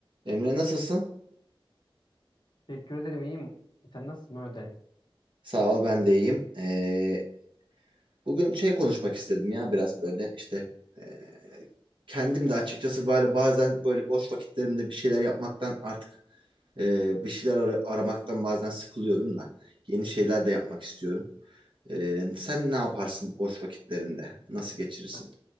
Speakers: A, on the right; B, on the left.
A: Emre nasılsın?
B: Teşekkür ederim iyiyim. Sen nasılsın Mehmet Ali?
A: Sağ ol ben de iyiyim. Ee, bugün şey konuşmak istedim ya biraz böyle işte ee, kendim de açıkçası böyle bazen böyle boş vakitlerimde bir şeyler yapmaktan artık ee, bir şeyler ar- aramaktan bazen sıkılıyorum da yeni şeyler de yapmak istiyorum. Ee, sen ne yaparsın boş vakitlerinde? Nasıl geçirirsin?
B: Ha,